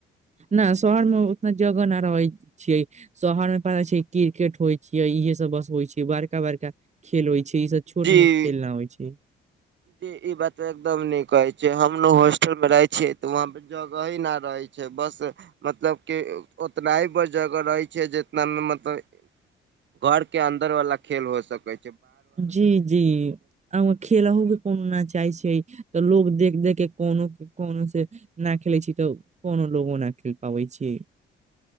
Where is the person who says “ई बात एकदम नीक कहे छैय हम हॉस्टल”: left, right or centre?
Right